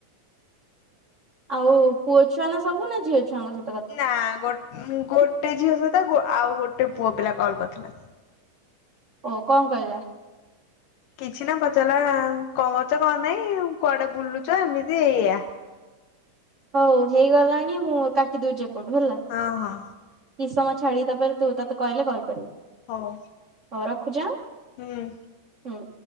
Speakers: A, on the right; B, on the left.
A: ଆଉ ପୁଅ ଛୁଆ ନା ସବୁ ନା ଝିଅ ଛୁଆଙ୍କ ସବୁ।
B: ନା ଗୋଟେ ଝିଅ ସହିତ ଆଉ ଗୋଟେ ପୁଅ ପିଲା କଲ କରିଥିଲା।
A: ଓ କଣ କହିଲା।
B: କିଛି ନା ପଚାରିଲା କଣ କରୁଛ କଣ ନାଇଁ କୁଆଡେ ବୁଲୁଛ ଏମିତି ଏଇଆ।
A: ହଉ ହେଇଗଲାଣି ମୁଁ କାଟି ଦଉଛି ଏପଟୁ ହେଲା।
B: ହଁ ହଁ।
A: କିଛି ସମୟ ଛାଡିକି ତାପରେ ତୁ ତତେ କହିଲେ କଲ୍ କରିବୁ।
B: ହଉ
A: ହଉ ରଖୁଛି ଆଁ
B: ହୁଁ।
A: ହୁଁ।